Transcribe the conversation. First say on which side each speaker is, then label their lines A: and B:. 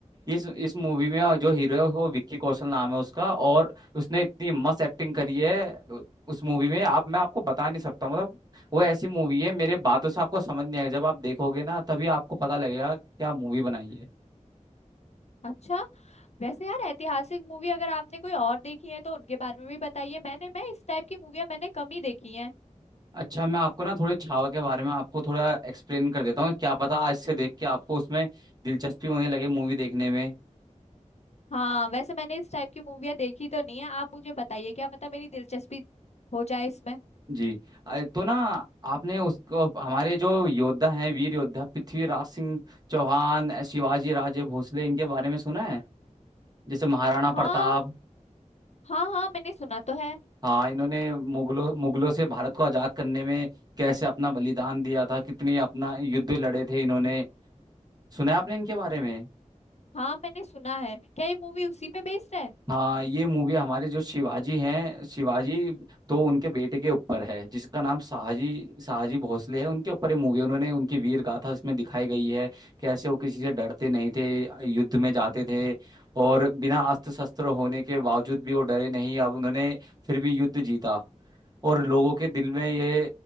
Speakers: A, on the right (about 30°); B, on the left (about 60°).
A: इस इस मूवी में जो हीरो है वो विक्की कौशल नाम है उसका और उसने इतनी मस्त एक्टिंग करी है उ- उस मूवी में आप मैं आपको बता नहीं सकता मतलब वो ऐसी मूवी है मेरे बातों से आपको समझ नहीं आएगा जब आप देखोगे ना तभी आपको पता लगेगा क्या मूवी बनाई है
B: अच्छा वैसे यार ऐतिहासिक मूवी अगर आपने कोई और देखी है तो उनके बारे में भी बताइए मैंने मैं इस टाइप की मूवियाँ मैंने कम ही देखी हैं
A: अच्छा मैं आपको ना थोड़े छावा के बारे में आपको थोड़ा एक्सप्लेन कर देता हूँ क्या पता आज से देख के आपको उसमें दिलचस्पी होने लगे मूवी देखने में
B: हाँ वैसे मैंने इस टाइप की मूवियाँ देखी तो नहीं है आप मुझे बताइए क्या पता मेरी दिलचस्पी हो जाए इसमें
A: जी अ, तो ना आपने उसको हमारे जो योद्धा हैं वीर योद्धा पृथ्वीराज सिंह चौहान अ, शिवाजी राजे भोसले इनके बारे में सुना है जैसे महाराणा
B: हाँ
A: प्रताप
B: हाँ हाँ मैंने सुना तो है
A: हाँ इन्होंने मुगलों मुगलों से भारत को आजाद करने में कैसे अपना बलिदान दिया था कितनी अपना युद्ध लड़े थे इन्होंने सुना है आपने इनके बारे में
B: हाँ मैंने सुना है क्या ये मूवी उसी पे बेस्ड है
A: हाँ ये मूवी हमारे जो शिवाजी हैं शिवाजी तो उनके बेटे के ऊपर है जिसका नाम शाहजी शाहजी भोसले है उनके ऊपर ये मूवी है। उन्होंने उनकी वीर गाथा इसमें दिखाई गई है कैसे वो किसी से डरते नहीं थे युद्ध में जाते थे और बिना अस्त्र शस्त्र होने के बावजूद भी वो डरे नहीं अब उन्होंने फिर भी युद्ध जीता और लोगों के दिल में ये